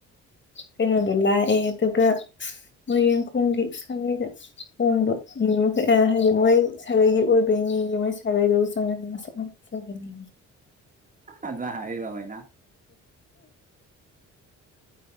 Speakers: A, on the left; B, on the right.
A: ꯀꯩꯩꯅꯣꯗꯨ ꯂꯩꯥꯏ ꯑꯦ ꯑꯗꯨꯒ ꯃꯣꯏ ꯌꯦꯡꯈꯣꯒꯤ ꯁꯥꯒꯩꯗ ꯍꯣꯝꯕ ꯃꯈ ꯍꯥꯏꯗꯤ ꯃꯣꯏ ꯁꯥꯒꯩꯒꯤ ꯑꯣꯏꯕꯩꯅꯦꯌꯦ ꯃꯣꯏ ꯁꯥꯒꯩꯗꯕꯨ ꯆꯪꯒꯅꯤ ꯃꯁꯛ ꯉꯖꯒꯅꯤ
B: ꯑꯖ ꯍꯥꯏꯔꯤꯕ ꯃꯅ <inaudible>